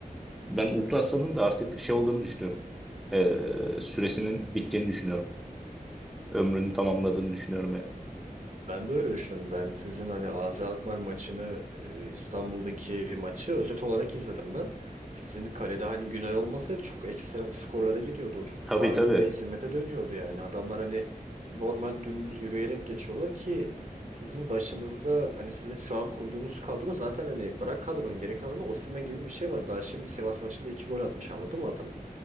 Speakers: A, in the centre; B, on the right.
A: Ben Ultra Aslan'ın da artık şey olduğunu düşünüyorum. E, süresinin bittiğini düşünüyorum ömrünü tamamladığını düşünüyorum yani.
B: Ben de öyle düşünüyorum. Ben sizin hani AZ Alkmaar maçını e, İstanbul'daki maçı özet olarak izledim ben. Sizin kalede hani Günay olmasaydı çok ekstra skorlara gidiyordu. O çok
A: Tabii
B: tarihi
A: tabii.
B: bir hezimete dönüyordu yani. Adamlar hani normal dümdüz yürüyerek geçiyorlar ki sizin başınızda hani sizin şu an kurduğunuz kadro zaten hani bırak kadronun geri kalanı Osimhen gibi bir şey var. Daha şimdi Sivas maçında iki gol atmış anladın mı adam?